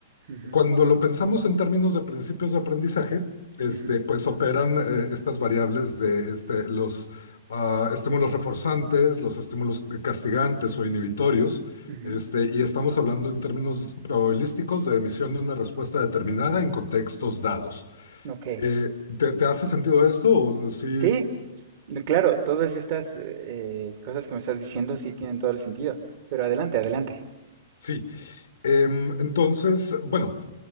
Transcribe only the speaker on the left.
Cuando lo pensamos en términos de principios de aprendizaje, este,
pues operan eh, estas variables de este, los ah, estímulos reforzantes, los estímulos castigantes o inhibitorios,
este, y estamos hablando en términos probabilísticos de emisión de una respuesta determinada en contextos dados.
Eh, ¿te, te hace sentido esto? O
sí,
sí. Em, entonces, bueno,